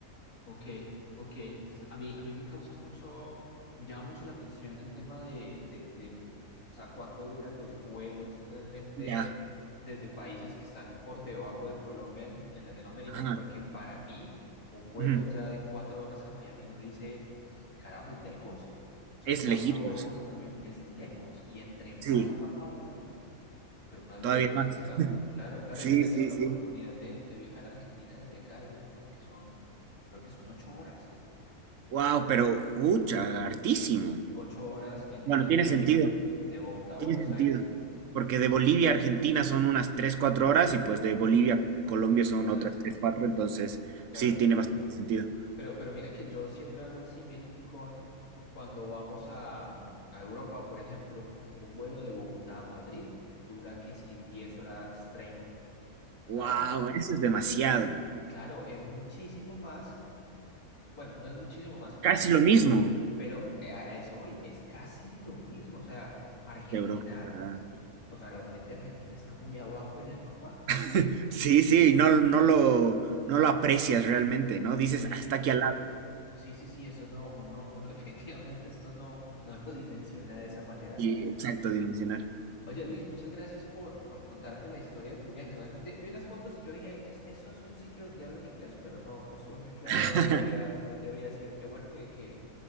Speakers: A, on the left; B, on the right.
A: Ok, ok. A mí, a mí me causa mucho, me llama mucho la atención el tema de, de, de, o sea, cuánto duran los vuelos realmente
B: Ya,
A: desde países que están por debajo de Colombia en, en Latinoamérica,
B: ajá,
A: porque para mí un vuelo
B: ujú.
A: ya de cuatro horas a Miami no dice, carajo, es lejos. O sea,
B: Es
A: cuatro
B: lejitos,
A: horas en un avión es lejos y entre más
B: sí,
A: baja uno, pues más
B: todavía
A: lejos
B: más.
A: está.
B: <laughs>
A: Claro, claro.
B: Sí,
A: Yo he tenido
B: sí,
A: la
B: sí.
A: oportunidad de, de viajar a Argentina desde acá y yo recuerdo que son, creo que son ocho horas.
B: Wow, pero, ucha, hartísimo.
A: O- ocho horas en
B: Bueno,
A: línea
B: tiene
A: recta
B: sentido,
A: de Bogotá a
B: tiene
A: Buenos
B: sentido.
A: Aires.
B: Porque de Bolivia a Argentina son unas 3 4 horas y pues de Bolivia a Colombia
A: Son otras
B: son otras
A: tres.
B: 3 cuatro entonces
A: Claro.
B: sí, tiene bastante sentido.
A: Pero, pero mira que yo siempre hago el símil con cuando vamos a, a Europa, por ejemplo, un vuelo de Bogotá a Madrid dura que si 10 horas 30,
B: Wow,
A: ¿sabes?
B: eso es demasiado.
A: Claro, es muchísimo más Bueno, no es muchísimo más,
B: Casi
A: es mucho,
B: lo mismo.
A: pero a a eso voy, es casi lo mismo. O sea, Argentina,
B: De Europa, ¿verdad?
A: o sea, realmente Argentina está muy abajo en el mapa.
B: <laughs> Sí, sí, no, no lo, no lo aprecias realmente, ¿no? Dices,
A: Sí,
B: "Ah, está aquí al lado.
A: sí, sí, sí, eso no, uno, uno <laughs> definitivamente esto no, no lo dimensiona de esa manera.
B: Sí, exacto, dimensionar.
A: Oye Luis, muchas gracias por, por contarme la historia de tu viaje. Realmente vi unas fotos y yo dije, "Es- eso es un sitio donde hablan inglés, pero no, no estuve muy claro
B: <laughs>
A: dónde había, dónde había sido. Qué bueno que, que,